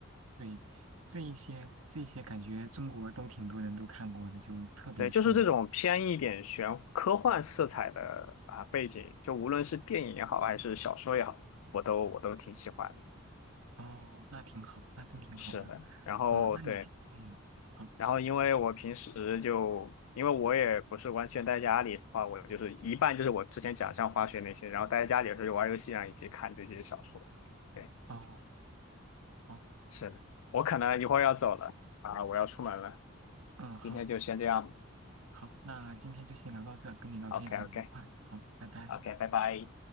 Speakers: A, on the right; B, on the left.
A: 对，这一些这一些感觉中国都挺多人都看过的，就特别出名。
B: 对，就是这种偏一点玄科幻色彩的啊背景，就无论是电影也好，还是小说也好，我都我都挺喜欢的。
A: 哦，那挺好，那真挺好的。
B: 是的，然后对。
A: 嗯，那你平嗯好
B: 然后因为我平时就，因为我也不是完全待家里的话，我就是一半就是我之前讲像滑雪那些，然后待在家里的时候就玩游戏啊，以及看这些小说。对，
A: 哦好
B: 是的，我可能一会儿要走了啊，我要出门了，
A: 嗯好
B: 今天就先这样。
A: 好，那今天就先聊到这，跟你聊天很愉快。
B: OK OK
A: 好，拜拜。
B: OK，拜拜。